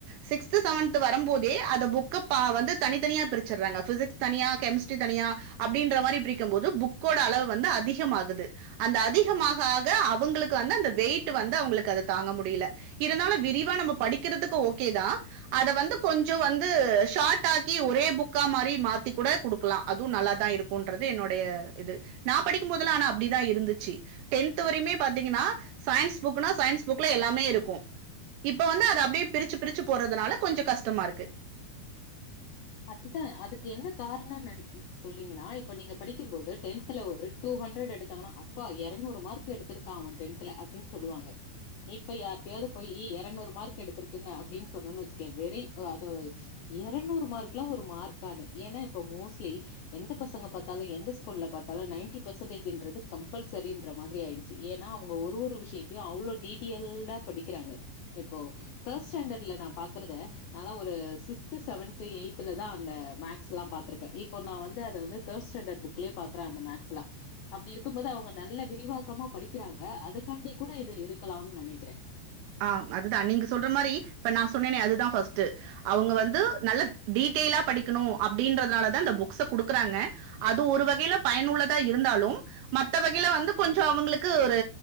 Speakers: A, on the right; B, on the left.
A: சிக்ஸ்த் செவன்த் வரும் போதே அத புக்க பா வந்து தனி தனியா பிரிச்சுறாங்க பிசிக்ஸ் தனியா கெமிஸ்ட்ரி தனியா அப்டின்ற மாரி பிரிக்கும் போது புக்கோட அளவு வந்து அதிகமாகுது அந்த அதிகமாக ஆக அவுங்களுக்கு வந்து அந்த வெயிட் வந்து அவுங்களுக்கு அத தாங்க முடியல இருந்தாலு விரிவா நம்ம படிக்கிறதுக்கு ஓகே தா அத வந்து கொஞ்ச வந்து ஷார்ட் ஆக்கி ஒரே புக்கா மாரி மாத்தி கூட குடுக்கலா அதுவு நல்லா தா இருக்குன்றது என்னுடைய இது நா படிக்கும்போதல்லா ஆனா அப்டிதா இருந்துச் ச்சி டென்த் வரையுமே பாத்தீங்கனா சயின்ஸ் புக்னா சயின்ஸ் புக்ல எல்லாமே இருக்கும் இப்ப வந்து அத அப்டியே பிரிச்சு பிரிச்சு போறதுனால கொஞ்ச கஷ்டமா இருக்கு
B: அதுதா அதுக்கு என்ன காரண நென் சொல்றீங்கனா இப்ப நீங்க படிக்கும் போது டென்த்ல ஒரு டூ ஹண்ட்ரட் எடுத்தாங்கனா அப்பா எறநூறு மார்க் எடுத்திருக்கா அவெ டென்தல அப்டின் சொல்லுவாங்க இப்ப யார்டையாவது போய் எறநூறு மார்க் எடுத்திருக்குங்க அப்டின் சொன்னோன் வச்சுக்க வெறி அத இருநூறு மார்க் லா ஒரு மார்க்கானு ஏனா இப்ப மோஸ்ட்லி எந்த பசங்க பாத்தாலு எந்த ஸ்கூல்ல பாத்தாலு நைன்டி பர்சென்டேஜுன்றது கம்பல்சரின்ற மாதிரி ஆயிடுச்சு ஏனா அவுங்க ஒரு ஒரு விஷயத்தையு அவ்ளோ டீட்டெய்ல்டா படிக்கிறாங்க இப்போ தேர்ட் ஸ்டாண்டர்ட்ல நா பாக்குறத நாலா ஒரு சிக்ஸ்த் செவன்த் எய்த் த்துல தா அந்த மேக்ஸ்லாம் பாத்திருப்பே இப்போ நா வந்து அத வந்து தேர்ட் ஸ்டாண்டர்ட் புக்லயே பாக்குறே அந்த மேக்ஸ்லா அப்டி இருக்கும்போது அவுங்க நல்ல விரிவாக்கமா படிக்கிறாங்க அதுக்காண்டி கூட இது இருக்கலான் நெனைக்கிறே
A: ஆ அதுதா நீங்க சொல்ற மாரி இப்ப நா சொன்னேனே அதுதா ஃபர்ஸ்டு அவுங்க வந்து நல்ல டீட்டெய்லா படிக்கணு அப்படின்றனாலதா அந்த புக்ஸ குடுக்குறாங்க அது ஒரு வகைல பயனுள்ளதா இருந்தாலும் மத்த வகைல வந்து கொஞ்சொ அவுங்களுக்கு ஒரு